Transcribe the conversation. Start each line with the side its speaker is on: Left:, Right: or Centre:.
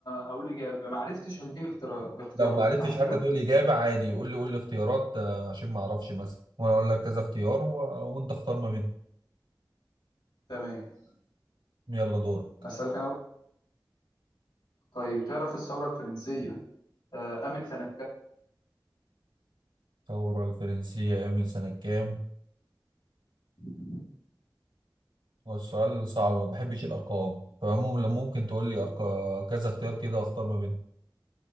Left: هقول اجابة ما عرفتش هتديني اختيار اختيارات
Right: لو ما عرفتش
Left: صح كده
Right: حتى تقول اجابه عادي قول لي قول لي اختيارات آه، عشان ما اعرفش مثلا وانا اقول لك كذا اختيار و... وانت اختار ما بينهم
Left: تمام
Right: يلا دورك
Left: اسألك انا بقى طيب تعرف الثورة الفرنسية آه... قامت سنة
Right: الثورة الفرنسية قامت سنة كام؟
Left: كام
Right: والسؤال صعب ما بحبش الأرقام فعموما لما ممكن تقول لي أرقام كذا اختيار كده أختار ما بينهم